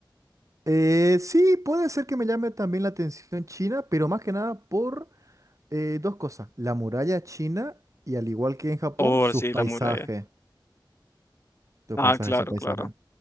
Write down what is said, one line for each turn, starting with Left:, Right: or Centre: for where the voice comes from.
Right: Eh, sí, puede ser que me llame también la atención China, pero más que nada por Eh, dos cosas. La muralla china y al igual que en Japón,
Left: Oh,
Right: sus
Left: sí,
Right: paisajes.
Left: la muralla.
Right: Sus
Left: Ah,
Right: paisajes,
Left: claro,
Right: sus paisajes.
Left: claro.